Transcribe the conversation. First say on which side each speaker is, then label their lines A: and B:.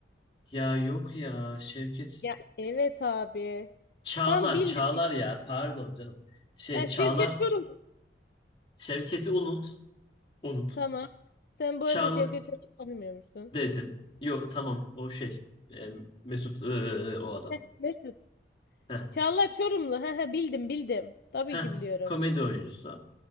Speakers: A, on the left; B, on the left.
A: Ya yok ya Şevket.
B: Ya evet abi.
A: Çağlar,
B: tam bildim.
A: Çağlar
B: bildim.
A: ya. Pardon canım. Şey
B: Ha
A: Çağlar,
B: Şevket Çoruh.
A: Şevket'i unut. Unut.
B: Tamam. Sen bu
A: Çağlar
B: arada Şevket Çoruh'u tanımıyor musun?
A: dedim. Yok tamam o şey. e, Mesut ıı, o adam.
B: Heh, Mesut.
A: Heh.
B: Çağlar Çorumlu. He he bildim bildim. Tabii
A: Heh.
B: ki biliyorum.
A: Komedi oyuncusu.